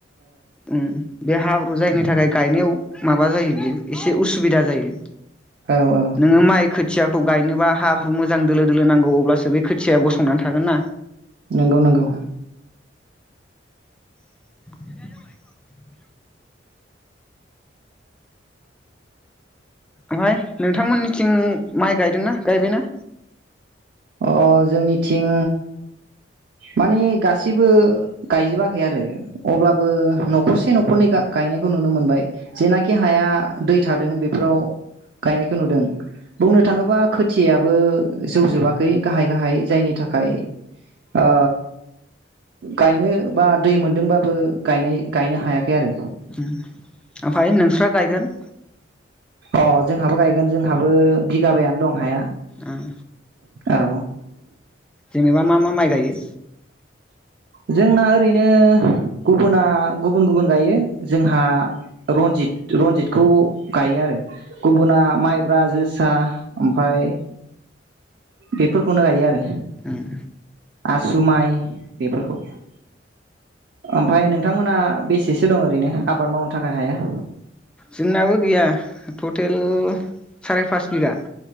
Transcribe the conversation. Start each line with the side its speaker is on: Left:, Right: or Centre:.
Centre: उम बे हाब्रु जायनि थाखाय गायनायाव माबा जायो बियो एसे उसुबिदा जायो।
Right: औ औ
Centre: नोङो माइ खोथिया खौ गायनोबा हाब्रु मोजां दोलो दोलो नांगौ अब्लासो बे खोथिया गसंनानै थागोन ना।
Right: नोंगौ नोंगौ।
Centre: <unintelligible> ओमफाय नोंथांमोननिथिं माइ गायदोंना गायबायना?
Right: अ' जोंनिथिं मानि गासैबो गायजोबाखै आरो। अब्लाबो न'खरसे न' न'खरनै गा-गायनायखौ नुनो मोनबाय। जेनाखि हाया दै थादों बेफोराव गायनायखौ नुदों बुंनो थाङोबा खोथियाया बो जौजोबा खै गाहाय गाहाय जायनि था खाय ओ गायनो बा दै मोनदोंबाबो गायनाय गायनो हायाखै आरो।
Centre: उम ओमफाय नोंस्रा गायगोन?
Right: अ' जोंहाबो गायगोन जोंहाबो बिगाबायानो दं हाया।
Centre: उम।
Right: औ।
Centre: जेनेबा मा मा माइ गायो?
Right: जोंना ओरैनो ओ गुबुना गुबुन गुबुन गायो। जोंहा रन्जित रनजितखौ गायो आरो। गुबुना माइ ब्रा जोसा ओमफ्राय बेफोरखौनो गायो आरो।
Centre: ओम।
Right: आसु माइ। बेफोरखौनो ओमफ्राय नोंथांमोना बेसेसो दं ओरैनो? आबाद मावनो थाखाय हाया।
Centre: जोंनाबो गैया टटेल साराय पास बिगा।